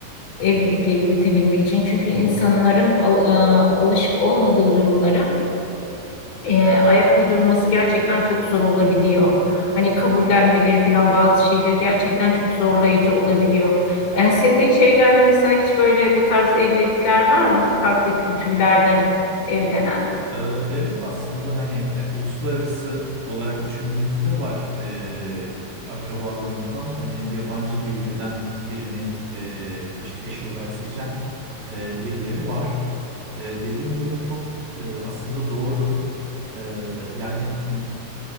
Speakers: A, on the left; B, on the right.
A: Evlilikleri yürütebilmek için. Çünkü insanların al- e, alışık olmadığı durumlara e, ayak uydurması gerçekten çok zor olabiliyor. Hani kabullenmeleri falan bazı şeyleri gerçekten çok zorlayıcı olabiliyor. Yani senin de çevrende mesela hiç böyle bu tarz evlilikler var mı? Farklı kültürlerden evlenen.
B: Ee, Evet aslında hani ya, uluslararası olarak düşündüğümüzde var Ee, akrabalarımdan hani yabancı bir ülkeden birini e, işte eş olarak seçen e, birileri var. E, dediğin durum çok e, aslında doğru. E, yani m,